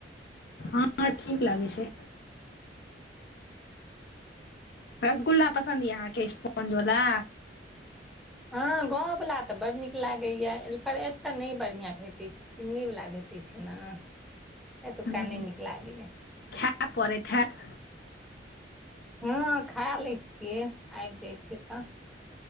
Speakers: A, on the left; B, in the centre.
A: हँ ठीक लागै छै रसगुल्ला पसन्द यऽ अहाँके स्पोंज बला
B: हँ गाँंववला तऽ बड नीक लागैया पर एतय नहि बढ़िआं भेटैत छै चिन्नीवला भेटय छै न एतुका
A: हूँ
B: नय नीक लागैया
A: खाय परेत हेत
B: हँ खा लै छियै आबि जाइ छय तऽ